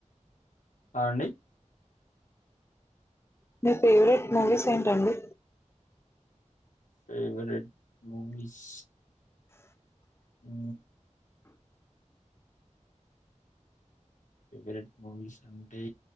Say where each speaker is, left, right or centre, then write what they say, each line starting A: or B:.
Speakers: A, on the left; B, on the left.
A: ఆ అండి
B: మీ ఫేవరెట్ మూవీస్ ఏంటండి
A: favourite movies um favourite movies అంటే